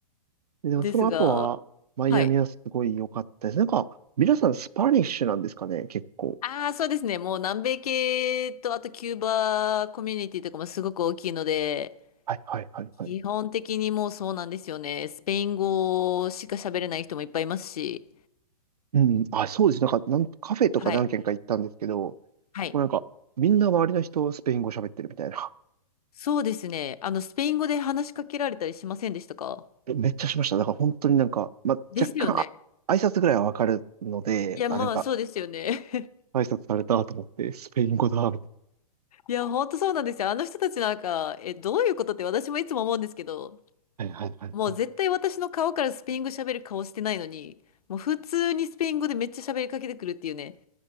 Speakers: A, on the right (about 85°); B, on the left (about 75°).
A: でもその後は、
B: ですが、
A: マイアミはすごい良かったです。
B: はい。
A: なんか、皆さんスパニッシュなんですかね、結構。
B: ああ、そうですね。もう南米系と、あとキューバコミュニティとかもすごく大きいので、
A: はい、はい、はい、はい。
B: 基本的にもうそうなんですよね。スペイン語しか喋れない人もいっぱいいますし、
A: うん。あ、そうです。なんか、なんカフェとか何軒か行ったんですけど、
B: はい。
A: も
B: はい
A: うなんか、みんな周りの人スペイン語喋ってるみたいな。
B: そうですね。あの、スペイン語で話しかけられたりしませんでしたか
A: えめっちゃしました。だから本当になんか、ま、
B: ですよね。
A: 若干、あ挨拶ぐらいはわかるので、
B: いや、
A: あ、
B: まあ、
A: なんか、
B: そうですよね。
A: 挨拶されたと思って、スペイン語だ、みたい
B: <laughs> いや、ほんとそうなんですよ。あの人たちなんか、え、どういうことって私もいつも思うんですけど、
A: な。はいはいはいはい。
B: もう絶対私の顔からスペイン語喋る顔してないのに、もう普通にスペイン語でめっちゃ喋りかけてくるっていうね。